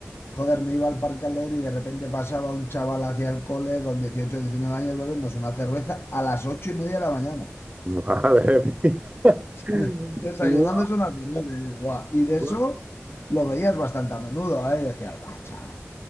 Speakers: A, on the left (about 50°); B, on the right (about 25°).
A: joder, me iba al parque a leer y de repente pasaba un chaval hacia el cole con 18 19 años bebiéndose una cerveza a las 8 y media de la mañana.
B: madre mía.
A: ¿sabes?
B: <laughs>
A: Desayunándose
B: Guau,
A: una cerveza. Y, dices, "Buah". Y de eso
B: guau.
A: lo veías bastante a menudo, ¿eh? Y decías, va, chaval.